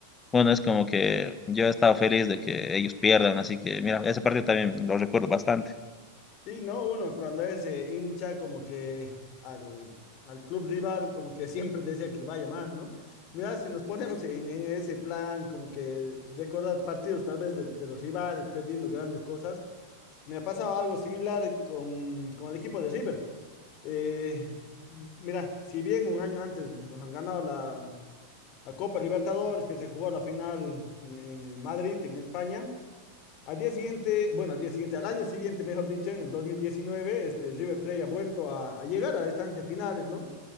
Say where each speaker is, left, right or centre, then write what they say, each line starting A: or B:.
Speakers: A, on the left; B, on the left.
A: bueno, es como que yo he estado feliz de que ellos pierdan, así que mira, ese partido también lo recuerdo bastante.
B: y ¿no? Uno cuando es eh, hincha como que al, al, club rival como que siempre desea que le vaya mal, ¿no? Mira, si nos ponemos en, en ese plan como que recordar partidos tal vez de, de los rivales perdiendo grandes cosas, Me ha pasado algo similar con, con el equipo de River. Eh, mira, si bien un año antes nos han ganado la, la Copa Libertadores, que se jugó la final en, en Madrid, en España, al día siguiente, bueno, al día siguiente, al año siguiente, mejor dicho, en el 2019 este, River Plate ha vuelto a, a llegar a las instancias finales, ¿no?